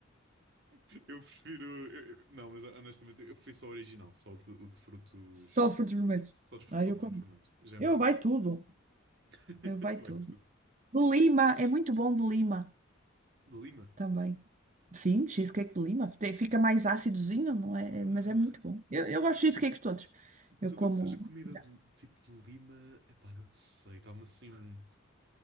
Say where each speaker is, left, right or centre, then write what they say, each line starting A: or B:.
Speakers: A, on the right; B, on the right.
A: Eu prefiro. eu- eu- não, mas honestamente, eu prefiro só o original, só o de, o de frutos.
B: Só de frutos vermelhos.
A: Só de, fru-
B: Ah,
A: só
B: eu
A: de
B: como.
A: frutos vermelhos. Já é
B: Eu
A: muito
B: vai
A: bom.
B: tudo.
A: <laughs>
B: eu Vai
A: Vai
B: tudo.
A: tudo.
B: De lima, é muito bom de lima
A: De Lima?
B: também. Sim, cheesecake de lima. Te- Fica mais ácidozinho, não é? É-
A: Ugh,
B: Mas é muito bom. Eu, eu gosto de cheesecakes todos. Eu
A: tudo
B: como.
A: o que seja comida
B: Já.
A: de, tipo de Lima, epá, não sei, dá-me assim um-